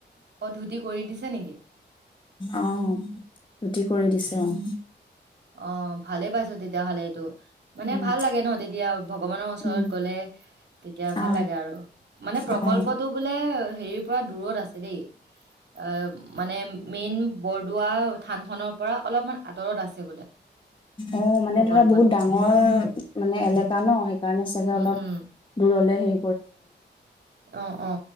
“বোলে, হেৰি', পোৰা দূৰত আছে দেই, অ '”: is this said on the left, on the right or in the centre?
Right